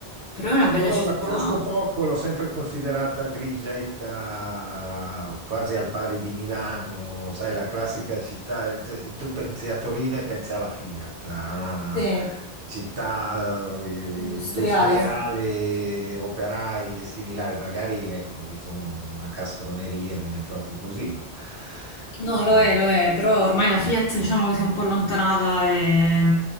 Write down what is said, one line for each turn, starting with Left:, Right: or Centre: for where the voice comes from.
Left: però è una bella
Right: Boh,
Left: città
Right: la conosco poco, l'ho sempre considerata grigetta, quasi al pari di Milano, sai, la classica città. de- Tu pensi a Torino e pensi alla Fiat, a
Left: Sì,
Right: città eh,
Left: industriale.
Right: industriale, operai e similari. Magari, ecco, dico una castroneria, non è proprio così, ma
Left: No,
Right: eh,
Left: lo è, lo è, però ormai la
Right: no.
Left: Fiat
Right: ecco.
Left: diciamo che si è un po' allontanata e mh,